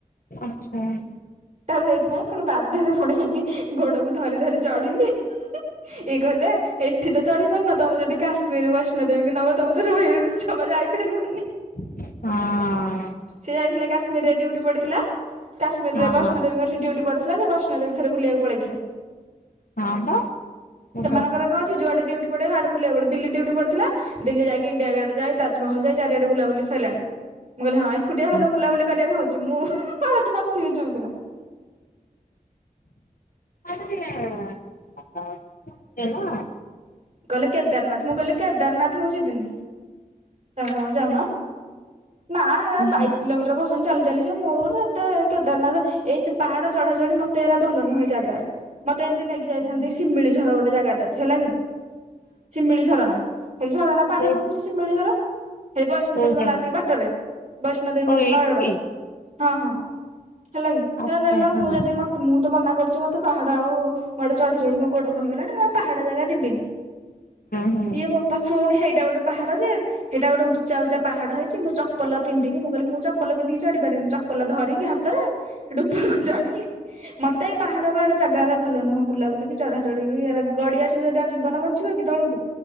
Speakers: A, on the left; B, on the right.
A: ଆଚ୍ଛା
B: ତାର ହେଇଥିପାଇଁ ପୁଣି ବାଧ୍ୟରେ ପୁଣି ହେମିତି ଗୋଡ଼କୁ ଧରି ଧରି ଚଢ଼ିଲି ଇଏ କହିଲେ ଏଠି ତ ଚଢ଼ି ପାରୁନ ତମକୁ ଯଦି କାଶ୍ମୀରୀ ବୈଷ୍ଣ ଦେବୀ କି ନେବ ତମେ ତ ରହିବ ଜମା ଯାଇପାରିବ ନି।
A: ହଁ।
B: ସେ ଯାଇଥିଲେ କାଶ୍ମୀରେ ଡ୍ୟୁଟି ପଡ଼ିଥିଲା କାଶ୍ମରରେ
A: ହଁ
B: ବୈଷ୍ଣଦେବୀ କଠି ଡ୍ୟୁଟି ପଡ଼ିଥିଲା ଥିଲା ସେ ବୈଷ୍ଣ ଦେବୀଠାରେ ବୁଲିବାକୁ ପଳେଇଥିଲେ
A: ହଁ ବା ହଁ
B: ସେମାନଙ୍କର କଣ ଯୁଆଡ଼େ ଡ୍ୟୁଟି ପଡଡେ ହାଡେ ବୁଲିବାକୁ ଦିଲ୍ଲୀ ଡ୍ୟୁଟି ପଡ଼ିଥିଲା ଦିଲ୍ଲୀ ଯାଇକି ଇଣ୍ଡିଆ ଗେଟ ଯାଇ ତାଜମହଲ ଯାଇ ଚାରି ବୁଲାବୁଲି ସରିଲାଣି ମୁଁ କହିଲି ହଁ ଏକୁଟିଆ ଭଲ ବୁଲାବୁଲି
A: ହଁ।
B: କରିବାକୁ ହଉଛି ମୁଁ ଆଉ ଏଠି ବସିଥିବି ଚୁପ୍ କିିନା।
A: ଅଜି ଟିକେ ଚୁଟିରେ ନା।
B: କହିଲେ କେଦାରନାଥ ମୁଁ କହିଲି କେଦାରନାଥ ମୁଁ ଯିବିନି ତମେ ତମର ଯାଉନ ନା
A: କାଇଁ
B: ବାଇଶି କିଲୋମିଟର ତମେ ଚାଲି ଚାଲି ଯିବ ମୋର ଏତେ କେଦରନାଥ ଏଇ ଚ ପାହାଡ଼ ଚଢ଼ା ଚଢ଼ି ମତେ ଏରା ଭଲ ନୁହେଁ ଏଇ ଜାଗାରା। ମତେ ଏମିତି ନେଇକି ଯାଇଥାନ୍ତି
A: ହଁ
B: ସିମିଳିଝର ଗୋଟେ ଜାଗାଟେ ଅଛି ହେଲା କି। ଶିମିଳି ଝରଣା ହେଠି ଝରଣା ପାଣି
A: କୋଉ
B: ବହୁଛି ଶିମିଳିଝର। ହେଇ ବୈଷ୍ଣୋଦେବୀ
A: କୋଉ ଜାଗା
B: ଗଲା ଆସିକି ବାଟରେ ବୈଷ୍ଣୋ ଦେବୀ
A: ଓ
B: ମନ୍ଦିର
A: ଏଇଠି
B: ନୟାଗଡ। ହଁ ହଁ ହେଲା କି
A: ଆଚ୍ଛା
B: ହେରାନେଲ
A: ହଁ
B: ମୁଁ ଯଦି ମତେ ମୁଁ ତ ମନା କରୁଚି ମତେ ପାହାଡ଼ ଆଉ ମୋଆଡୁ ଚଢ଼ି ଚଢ଼ି ମୋ ଗୋଡ଼ କଣ ହେଇଗଲାଣି ମୁଁ ଆଉ ପାହାଡ଼ ଜାଗା ଯିବିନି।
A: ହୁଁ ହୁଁ
B: ଇଏ ବୋପା ପୁଣି ହେଇଟା ଗୋଟେ ପାହାଡ ଯେ ହେଇଟା ଗୋଟେ ଉଚ୍ଚା ଉଚ୍ଚା ପାହାଡ ହେଇଛି ମୁଁ ଚପଲ ପିନ୍ଦିକି ମୁଁ କହିଲି ମୁଁ ଚପଲ ପିନ୍ଦିକି ଚଢି ପାରିବିନି। ଚପଲ ଧରିକି ହାତରେ ସେଠୁ ଉପରକୁ ଚଢ଼ିଲି ମତେ ଏଇ ପାହାଡ଼ ପାହାଡ଼ ଜାଗାରା ଭଲ ନୁହଁ। ବୁଲା ବୁଲିକି ଚଢ଼ା ଚଢ଼ିକି ବି ଏରା ଗଡ଼ି ଆସିବୁ ଯଦି ଆଉ ଜୀବନ ବଞ୍ଚିବ କି ତଳକୁ